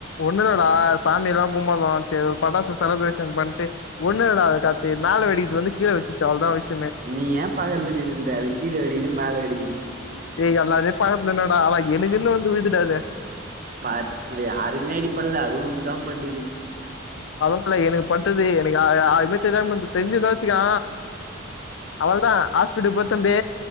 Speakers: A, on the left; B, on the right.
A: ஒன்னுலடா சாமிலா கும்மதோ சே ஒரு பட்டாசு செலப்ரேஷன் பண்ட்டு ஒன்னுலடா கார்த்தி மேல வெடிக்கிறது வந்து கீழ வெச்சிச்சி அவள்தா விஷ்
B: நீ ஏ பகல நின்னுனிந்த அது கீழ வெடிகுது மேல வெடிகுது
A: ஏய் எல்லதுமே பகத் நின்னடா ஆனா எனக்குனு வந்து விதுடா அது
B: பாத் யாருமே அடிப்பல்ல அதுவு உனகுதா பட்டுகுது
A: அதனால எனகு பட்டுது எனகு அ அ அமைச்சதா <unintelligible> தெஞ்சிந்தா வச்சுகோ அவள்தா ஹாஸ்பிட்டக் போத் தம்பி